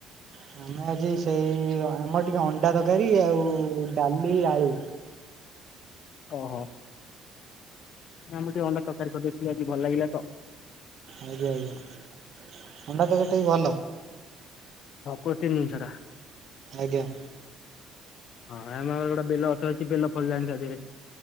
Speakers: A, on the right (about 50°); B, on the left (about 60°).
A: ହଁ ଆମେ ଆଜି ସେଇ ଆମର ଟିକେ ଅଣ୍ଡା ତକାରୀ ଆଉ ଡାଲି, ଆଳୁ
B: ଓହୋ। ଆମର ଟିକେ ଅଣ୍ଡା ତରକାରୀ କରିଦେଇଥିଲେ ଆଜି ଭଲ୍ ଲାଗିଲା ତ।
A: ଆଜ୍ଞା! ଆଜ୍ଞା! ଅଣ୍ଡା ତରକାରୀ ଟିବି ଭଲ।
B: ଫକୁର୍ତ୍ତି ଦିନଷଟା।
A: ଆଜ୍ଞା!
B: ହଁ ଆମର ଏଟି ଗୋଟା ବେଲ ଅଛ ଅଛି ବେଲ ଫଳଲାଣି ତା ଧିଏରେ।